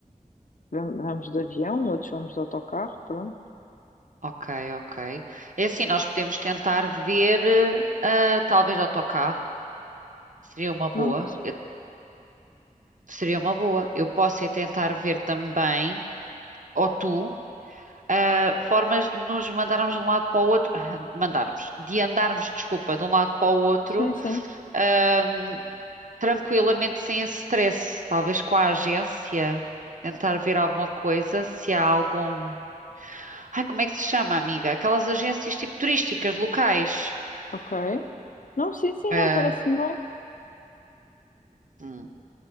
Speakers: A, on the left; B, on the right.
A: Vam- Vamos de avião, outros vamos de autocarro, pronto.
B: Ok, ok. É assim, nós podemos tentar ver, ah, talvez autocarro. Seria uma boa.
A: Não, te-
B: Eu- seria uma boa. Eu posso é tentar ver também, ou tu, ah, formas de nos mandarmos de um lado para o outro. <laughs> Mandarmos. De andarmos, desculpa, de um lado para o outro.
A: sim, sim,
B: ah, tranquilamente sem esse stress, talvez com a agência, tentar ver alguma coisa, se há algum. Ai, como é que se chama, amiga? Aquelas agências tipo turísticas locais.
A: ok. Não, sim, sim,
B: É.
A: não, parece-me bem.
B: Hum,